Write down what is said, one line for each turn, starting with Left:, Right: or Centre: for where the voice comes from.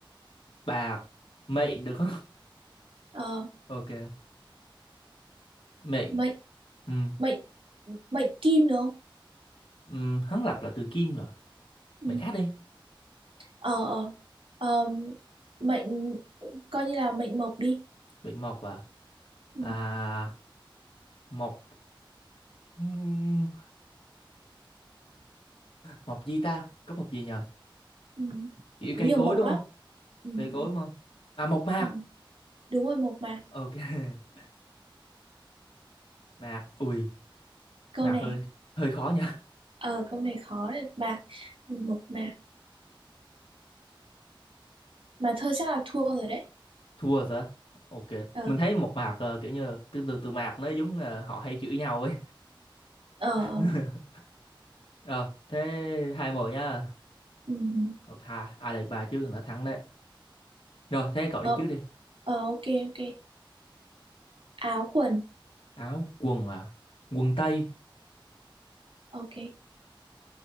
Left: bạc mệnh được không
Right: ờ,
Left: <laughs> ok mệnh
Right: mệnh
Left: ừ
Right: mệnh mệnh kim được không
Left: ừ hắn lập là từ kim rồi
Right: ừ.
Left: mệnh khác đi
Right: ờ, ờ, ờ, mệnh coi như là mệnh mộc đi
Left: mệnh mộc à
Right: ừ.
Left: à mộc ừm, mộc gì ta có mộc gì nhờ
Right: Ừ.
Left: kiểu
Right: có
Left: cây
Right: nhiều
Left: cối
Right: mộc
Left: đúng
Right: lắm
Left: không
Right: ừ.
Left: cây cối
Right: Ừ.
Left: đúng không à mộc mạc
Right: Ừ. đúng rồi mộc mà
Left: ok <laughs> mạc ui
Right: câu
Left: mạc
Right: này
Left: hơi hơi khó nha
Right: ờ câu này khó này bạc mộc mà mà thôi chắc là thua rồi đấy
Left: <laughs> thua rồi sao? ok
Right: ờ
Left: mình thấy mộc mạc ờ, kiểu như là từ từ từ mạc nó giống là họ hay chửi nhau ấy
Right: ờ
Left: <laughs>
Right: ờ
Left: rồi thế hai một nhá
Right: ừm,
Left: ok hai ai là bà chứ đã thắng đấy rồi thế cậu
Right: ờ
Left: đi trước đi
Right: ờ, ok ok áo quần
Left: áo quần à quần tây
Right: ok